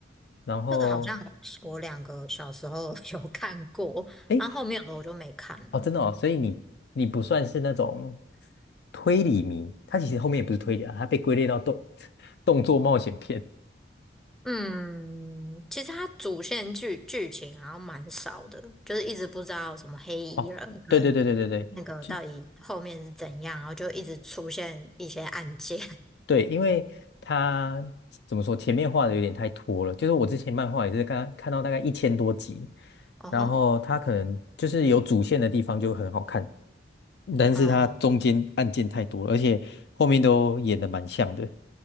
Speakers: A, on the left; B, in the centre.
A: 然后
B: 这个好像我两个小时候 <laughs> 有看过，
A: 诶，
B: 然后后面的我就没看了。
A: 哦真的哦，所以你你不算是那种推理迷，它其实后面也不是推理啊，它被归类到动 <laughs> 动作冒险片。
B: 嗯，其实它主线剧剧情好像蛮少的，就是一直不知道什么黑衣人跟
A: 哦，对对对对对对，
B: 那个到底后面是怎样，
A: 就。
B: 然后就一直出现一些案件。
A: 对，因为他怎么说，前面画的有点太拖了。就是我之前漫画也是刚看到大概一千多集，
B: <laughs> 哦，
A: 然后他可能就是有主线的地方就很好看，但是它中间案件太多了，
B: 嗯，
A: 而且后面都演的蛮像的。